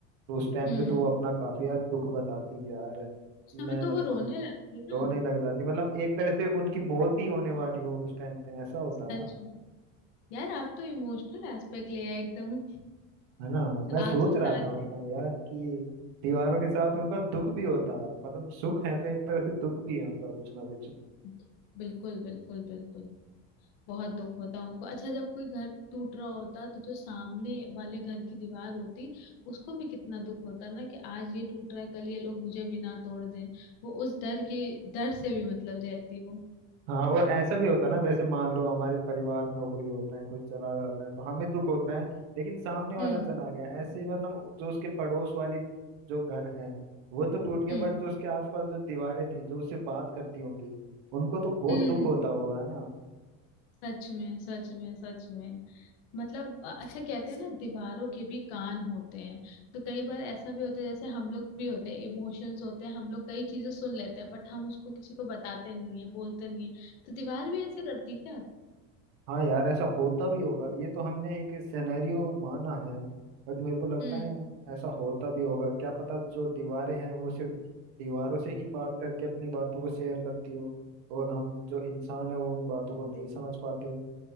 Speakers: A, on the right; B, on the left.
A: तो उस टाइम
B: हम्म
A: पे तो वो अपना काफी यार दुख बताती कि यार
B: उस समय
A: मैं
B: तो
A: मतलब
B: वो रोने लगती
A: रोने
B: ना
A: लग जाती मतलब एक तरह से उनकी मौत ही होने वाली हो उस टाइम पे ऐसा होता
B: सच
A: है
B: में यार आप तो इमोशनल एस्पेक्ट ले आए एकदम
A: है ना मैं सोच
B: आंसू
A: रहा
B: ना आ जाए
A: था मतलब यार कि दीवारों के साथ उनका दुख भी होता है मतलब सुख है तो एक तरह से दुख भी है उनका कुछ ना कुछ
B: <laughs> बिल्कुल बिल्कुल बिल्कुल बहुत दुख होता उनको अच्छा जब कोई घर टूट रहा होता तो जो सामने वाले घर की दीवार होती उसको भी कितना दुख होता ना कि आज ये टूट रहा है कल ये लोग मुझे भी ना तोड़ दें वो उस डर के डर से भी मतलब रहती वो
A: हाँ और ऐसा भी होता है ना जैसे मान लो हमारे परिवार में कोई होता है कोई चला जाता है तो हमें दुख होता है लेकिन सामने वाला
B: हम्म
A: चला गया ऐसे ही मतलब जो उसके पड़ोस वाली जो घर है वो तो टूट गया
B: हम्म
A: बट जो उसके आसपास जो दीवारें थी जो उससे बात करती होंगी उनको तो बहुत
B: हम्म
A: दुख होता होगा है ना
B: सच में सच में सच में मतलब अ- अच्छा कहते हैं ना दीवारों के भी कान होते हैं तो कई बार ऐसा भी होता है जैसे हम लोग भी होते हैं इमोशंस होते हैं हम लोग कई चीजें सुन लेते हैं बट हम उसको किसी को बताते नहीं है बोलते नहीं है तो दीवार भी ऐसे करती क्या
A: हाँ यार ऐसा होता भी होगा ये तो हमने एक सिनेरियो माना है बट मेरे को लगता
B: हम्म
A: है ऐसा होता भी होगा क्या पता जो दीवारें हैं वो सिर्फ दीवारों से ही बात करके अपनी बातों को शेयर करती हो और हम जो इंसान है वो उन बातों को नहीं समझ पाते हो